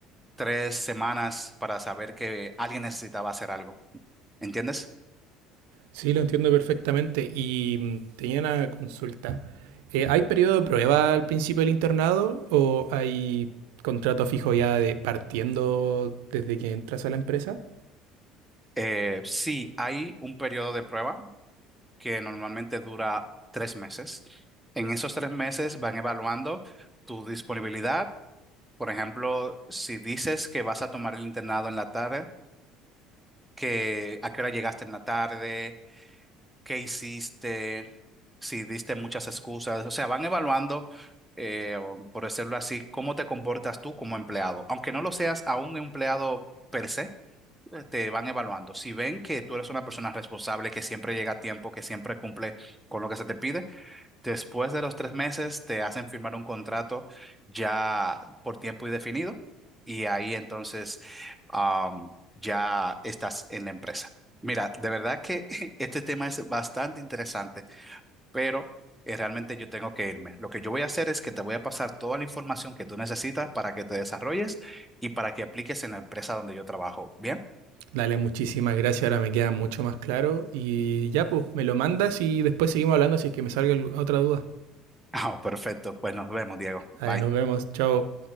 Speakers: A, in the centre; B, on the right (about 85°).
A: tres semanas para saber que alguien necesitaba hacer algo, ¿entiendes?
B: Sí, lo entiendo perfectamente y mm, tenía una consulta. Eh, ¿hay periodo de prueba al principio del internado o hay contrato fijo ya de partiendo desde que entras a la empresa?
A: Eh, sí, hay un periodo de prueba que normalmente dura tres meses. En esos tres meses van evaluando tu disponibilidad. Por ejemplo, si dices que vas a tomar el internado en la tarde, que a qué hora llegaste en la tarde, qué hiciste, si diste muchas excusas. O sea, van evaluando, eh, o por decirlo así, cómo te comportas tú como empleado. Aunque no lo seas a un empleado per se, eh, te van evaluando. Si ven que tú eres una persona responsable, que siempre llega a tiempo, que siempre cumple con lo que se te pide, Después de los tres meses te hacen firmar un contrato ya por tiempo indefinido y ahí entonces am, ya estás en la empresa. Mira, de verdad que <laughs> este tema es bastante interesante, pero eh, realmente yo tengo que irme. Lo que yo voy a hacer es que te voy a pasar toda la información que tú necesitas para que te desarrolles y para que apliques en la empresa donde yo trabajo. ¿Bien? <laughs>
B: Dale, muchísimas gracias. Ahora me queda mucho más claro. Y ya, pues, me lo mandas y después seguimos hablando si es que me salga al- otra duda.
A: Ah, perfecto. Pues nos vemos, Diego.
B: Dale,
A: Bye.
B: nos vemos. Chao.